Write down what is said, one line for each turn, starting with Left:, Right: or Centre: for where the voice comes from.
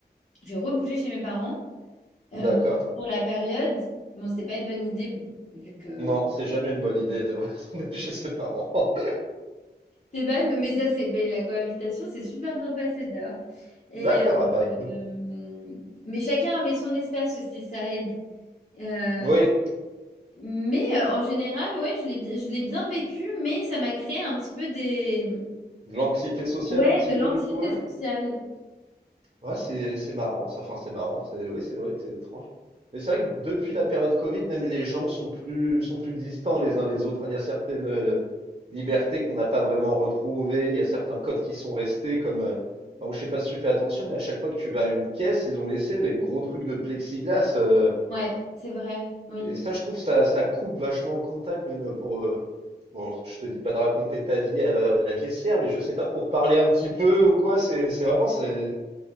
Left: j'ai rebougé chez mes parents, Euh,
Right: d'accord.
Left: pour la période, bon, c'était pas une bonne idée b- vu que
Right: Non, c'est jamais une bonne idée de retourner <laughs> chez ses parents. <laughs>
Left: Esteban, mais ça, c'est ben, la cohabitation, c'est super bien passé d'ailleurs. Et,
Right: D'accord, ah bah
Left: euh,
Right: écoute.
Left: mais chacun avait son espace aussi, ça aide. Euh,
Right: Oui,
Left: mais euh, en général, ouais, je l'ai bi- je l'ai bien vécu, mais ça m'a créé un petit peu des...
Right: l'anxiété sociale
Left: Ouais,
Right: un petit
Left: de
Right: peu
Left: l'anxiété
Right: du coup, ouais.
Left: sociale.
Right: Ouais, c'est c'est marrant, ça. Enfin, c'est marrant. C'est oui, c'est vrai que c'est étrange. Mais c'est vrai que depuis la période Covid, même les gens sont plus sont plus distants les uns les autres. hein. Il y a certaines euh, libertés qu'on n'a pas vraiment retrouvées. Il y a certains codes qui sont restés comme. euh, Alors, je sais pas si tu fais attention, mais à chaque fois que tu vas à une caisse, ils ont laissé les gros trucs de plexiglas. euh,
Left: Ouais, c'est vrai. Oui.
Right: Et ça, je trouve, ça, ça coupe vachement le contact, même pour. euh, bon, je te dis pas de raconter ta vie à, à la caissière, mais je sais pas, pour parler un petit peu ou quoi, c'est c'est vraiment. c'est-